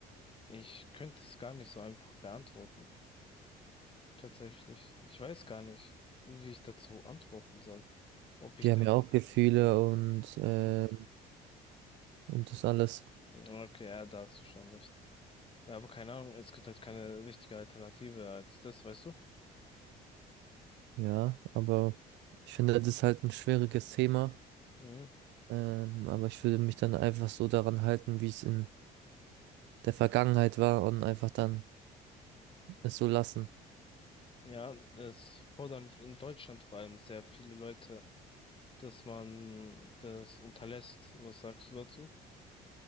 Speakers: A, on the left; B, on the right.
A: Ich könnte es gar nicht so einfach beantworten. Tatsächlich. Ich weiß gar nicht, wie ich dazu antworten soll. Ob ich
B: Die haben
A: denke.
B: ja auch Gefühle und, ähm,
A: Mhm.
B: und das alles.
A: Okay, ja, da hast du schon recht. Ja, aber keine Ahnung, es gibt halt keine richtige Alternative als das, weißt du?
B: Ja, aber ich finde, das ist halt ein schwieriges Thema.
A: Mhm.
B: Ähm, aber ich würde mich dann einfach so daran halten, wie es in der Vergangenheit war und einfach dann es so lassen.
A: Ja, es fordern in Deutschland vor allem sehr viele Leute dass man das unterlässt. Was sagst du dazu?